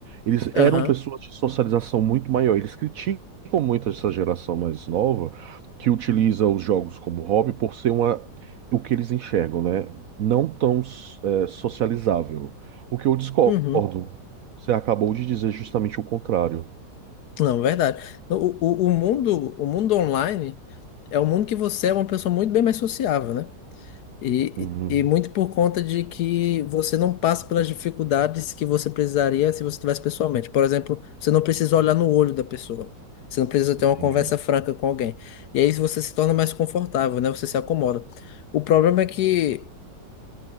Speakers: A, on the right; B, on the left.
A: Eles
B: Aham.
A: eram pessoas de socialização muito maior. Eles criticam muito essa geração mais nova que utiliza os jogos como hobby por ser uma, o que eles enxergam, né? Não tão, é, socializável. O que eu discordo.
B: Uhum.
A: Você acabou de dizer justamente o contrário.
B: Não, verdade. O, o, o mundo, o mundo online é um mundo que você é uma pessoa muito bem mais sociável, né? E,
A: Uhum,
B: e muito por conta de que você não passa pelas dificuldades que você precisaria se você estivesse pessoalmente. Por exemplo, você não precisa olhar no olho da pessoa. Você não precisa
A: entendi.
B: ter uma conversa franca com alguém. E aí você se torna mais confortável, né? Você se acomoda. O problema é que